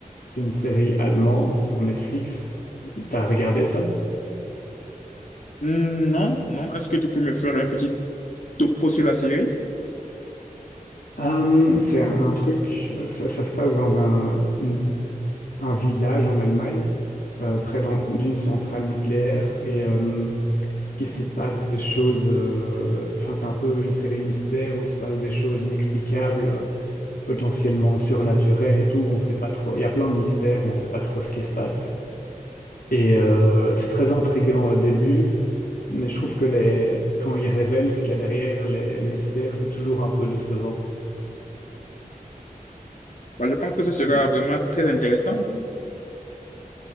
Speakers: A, on the left; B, on the left.
A: C'est une série allemande sur Netflix. T'as regardé ça?
B: Hmm, non, non. Est-ce que tu peux me faire un petit topo sur la série?
A: Euh, c'est un, un truc, euh, ça, ça se passe dans un, une- un village en Allemagne, euh, près d'un- d'une centrale nucléaire, et euh, il se passe des choses, euh, enfin c'est un peu une série mystère où il se passe des choses inexplicables, euh, potentiellement surnaturelles et tout, on sait pas trop, il y a plein de mystères, on sait pas trop ce qui se passe. Et euh, c'est très intriguant au début, mais je trouve que les... quand ils révèlent ce qu'il y a derrière les, les mystères, c'est toujours un peu décevant.
B: Bah, je pense que ce sera
A: Non.
B: vraiment très intéressant.